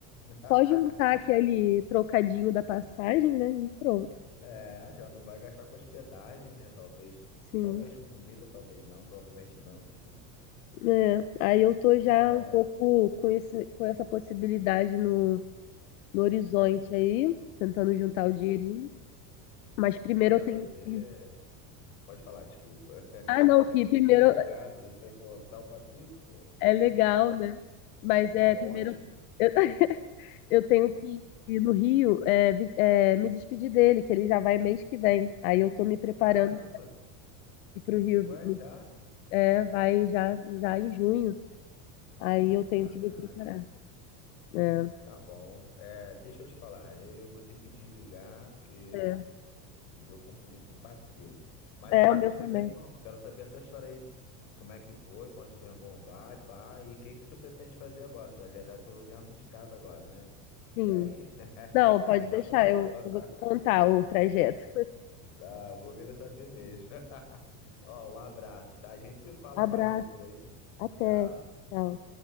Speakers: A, on the left (about 55°); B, on the left (about 85°).
A: <laughs>
B: Só juntar aquele trocadinho da passagem, né? E pronto.
A: É, já não vai gastar com hospedagem, né? Talvez,
B: Sim.
A: talvez com comida, talvez não, provavelmente não.
B: É. Aí eu tô já
A: Ai,
B: um pouco com esse, com essa possibilidade no, no horizonte aí, tentando juntar o dinheirinho. Mas primeiro
A: olha,
B: eu tenho
A: você.
B: que.
A: Pode falar, desculpa. <laughs>
B: Ah, não,
A: É
B: que
A: que eu
B: primeiro
A: fiquei empolgado, você, pô, salpa tudo, pô.
B: é legal, né? Mas
A: É
B: é
A: ótimo.
B: primeiro. Eu, eu tenho que ir no Rio, é, vi- é, me despedir dele, que ele já vai mês que vem. Aí eu tô me preparando
A: Caramba,
B: ir pro Rio,
A: ué,
B: me-
A: já?
B: é, vai já, já em junho. Aí eu tenho
A: Caraca,
B: que me preparar. É,
A: tá bom. É, deixa eu te falar, eu vou ter que desligar porque
B: é,
A: meu compromisso bateu. Mas
B: é
A: eu vou
B: o meu
A: te
B: também.
A: ligar de novo. Eu quero saber essa história aí, como é que foi, pra onde teu irmão vai, pá, e o que que tu pretende fazer agora? Tu vai viajar por dentro de casa agora, né?
B: Sim.
A: E aí? <laughs>
B: Não, pode
A: Tá
B: deixar,
A: bom?
B: eu,
A: <laughs>
B: eu vou te contar o trajeto.
A: Tá, eu vou querer saber mesmo. <laughs> Ó, um abraço, tá? A gente se fala
B: Abraço,
A: mais depois.
B: até.
A: Tchau.
B: Tchau.